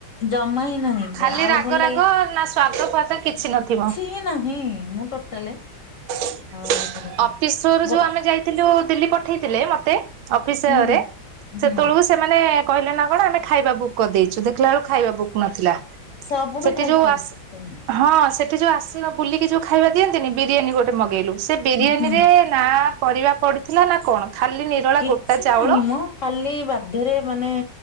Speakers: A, on the left; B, on the right.
A: ଜମା ହିଁ ନାହିଁ
B: ଖାଲି
A: ଆଉ
B: ରାଗ
A: ଭଲ ଲାଗେ
B: ରାଗ ନା ସ୍ଵାଦ ଫାୱିଦ କିଛି ନଥିବ
A: ଏ ନାହିଁ ମୁଁ ଟୋଟାଲେ
B: ହ <unintelligible>
A: ଆଉ
B: ଅଫିସରୁ
A: ଗୋ
B: ଯୋଉ ଆମେ ଯାଇଥିଲୁ ଦିଲ୍ଲୀ ପଠେଇଥିଲେ ମତେ ଅଫିସରେ
A: ହୁଁ ହୁଁ ହୁଁ
B: ସେତେବେଳକୁ ସେମାନେ କହିଲେ ନା କଣ ଆମେ ଖାଇବା ବୁକ୍ କରିଦେଇଛୁ ଦେଖିଲା ବେଳୁ ଖାଇବା ବୁକ୍ ନଥିଲା
A: ସବୁଠୁ
B: ସେଠି
A: ଫାଲତୁ
B: ଯୋଉ ଆସ ହଁ ସେଠି ଯୋଉ ଆସି ବୁଲିକି ଯୋଉ ଖାଇବା ଦିଅନ୍ତିନି ବିରିୟାନୀ ଗୋଟେ ମଗେଇଲୁ ସେ ବିରିୟାନୀରେ
A: ଉଁ ହୁଁ
B: ନା ପରିବା ପଡିଥିଲା ନା କଣ ଖାଲି ନିରଳା
A: କିଛି
B: ଗୋଟା ଚାଉଳ
A: ନାହିଁ ମ ଖାଲି ବାଧ୍ୟରେ ମାନେ